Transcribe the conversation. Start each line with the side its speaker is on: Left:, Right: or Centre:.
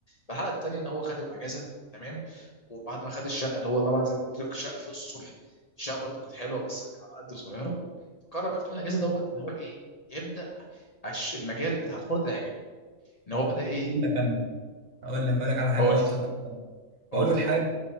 Left: فالحلقه الثانيه ان هو خد يوم اجازه تمام وبعد ما خد الشقه اللي هو طبعا زي ما قلت لك الشقه في الصبح الشقه برده كانت حلوه بس كانت على قد صغيره فقرر بقى في يوم الاجازه دوت ان هو ايه يبدا عش- المجال بتاع الخردة يعجبه ان هو بدا ايه
Right: أقول لك أنا أقول لك أقول لك على حاجة
Left: قلت
Right: بقى افتكرتها
Left: قلت
Right: وأول حاجة